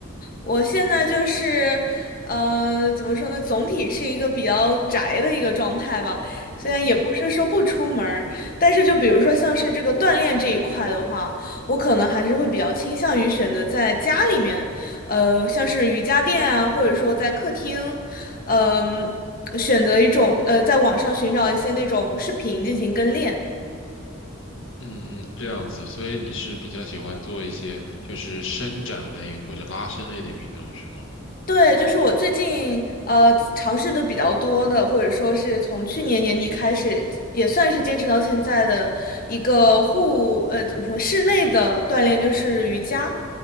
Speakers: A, on the left; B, on the left.
A: 我现在就是，呃，怎么说呢？总体是一个比较宅的一个状态吧。虽然也不是说不出门儿但是就比如说像是这个锻炼这一块的话，
B: 嗯
A: 我可能还是会比较倾向于选择在家里面，呃，像是瑜伽垫啊，或者说在客厅，呃嗯、选择一种呃，在网上寻找一些那种视频进行跟练。
B: 嗯，这样子，所以你是比较喜欢做一些就是伸展类或者拉伸类的运动是吗？
A: 对，就是我最近呃尝试的比较多的，或者说是从去年年底开始，也算是坚持到现在的一个户，呃，怎么说，室内的锻炼就是瑜伽。